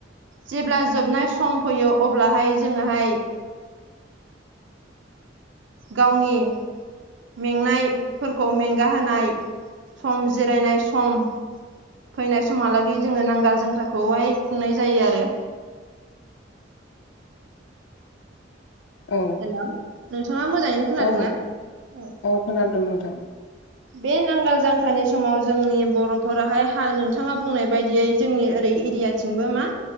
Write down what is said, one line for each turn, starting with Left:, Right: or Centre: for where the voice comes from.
Right: जेब्ला जोबनाय सम फैयो अब्लाहाय जोङोहाय गावनि मेंनायफोरखौ मेंगाहोनाय सम जिरायनाय सम फैनाय समहालागै जोङो नांगोल जांख्राखौहाय खुंनाय जायो आरो।
Left: औ
Right: हेलौ नोंथाङा मोजाङैनो खोनादों
Left: औ
Right: ना? औ।
Left: खोनादों नोंथां।
Right: बे नांगाल जांख्रानि समाव जोंनि बर'फोराहाय हा नोंथाङा बुंनाय बायदियै जोंनि ओरै एरिया थिंबो मा